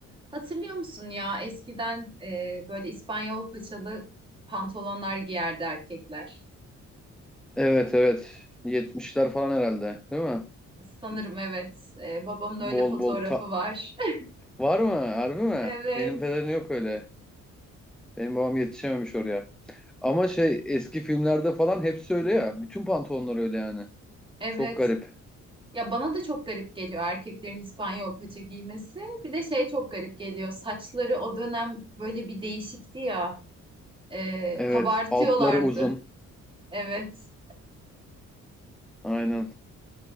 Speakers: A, on the right; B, in the centre.
A: Hatırlıyor musun ya eskiden e, böyle İspanyol paçalı pantolonlar giyerdi erkekler.
B: Evet evet. 70'ler falan herhalde, değil mi?
A: Sanırım evet. E, babamın öyle
B: Bol
A: fotoğrafı
B: bol ta
A: var. <laughs>
B: var mı? Harbi mi?
A: Evet.
B: Benim pederin yok öyle. Benim babam yetişememiş oraya. Ama şey eski filmlerde falan hepsi öyle ya. Bütün pantolonlar öyle yani.
A: Evet.
B: Çok garip.
A: Ya bana da çok garip geliyor erkeklerin İspanyol paça giymesi. Bir de şey çok garip geliyor. Saçları o dönem böyle bir değişikti ya. E,
B: Evet,
A: kabartıyorlardı.
B: altları uzun.
A: Evet.
B: Aynen.